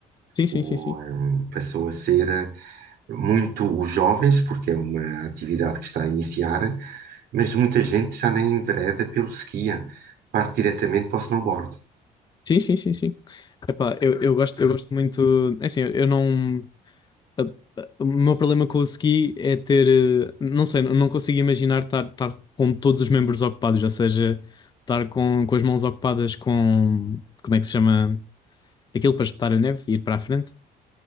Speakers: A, on the left (about 25°); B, on the right (about 65°).
A: Sim, sim,
B: O,
A: sim, sim.
B: ehm, passou a ser eh, muito os jovens, porque é uma atividade que está a iniciar, mas muita gente já nem envereda pelo skia, parte diretamente para o snowboard.
A: Sim, sim, sim, sim. Epá, eu, eu gosto, eu gosto muito. é Assim, eu não. a- a- O meu problema com o ski é ter, eh, não sei, não consigo imaginar estar, estar com todos os membros ocupados, ou seja, estar com, com as mãos ocupadas com, como é que se chama, aquilo para espetar a neve e ir para a frente.